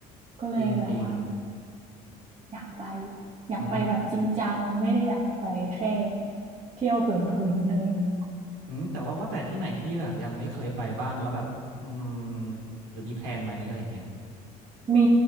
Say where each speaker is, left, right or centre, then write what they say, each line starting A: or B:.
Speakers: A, on the right (about 35°); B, on the right (about 85°).
A: ก็เลยแบบว่า
B: จริง
A: อยากไป
B: ๆอืม
A: อยากไปแบบจริงจังไม่ได้อยากไปแค่เที่ยวเผินๆอะไรเงี้ย
B: อืมแต่ว่าว่าแต่ที่ไหนที่แบบยังไม่เคยไปบ้างแล้วแบบอืมหรือมีแพลนไหมอะไรเงี้ย
A: มี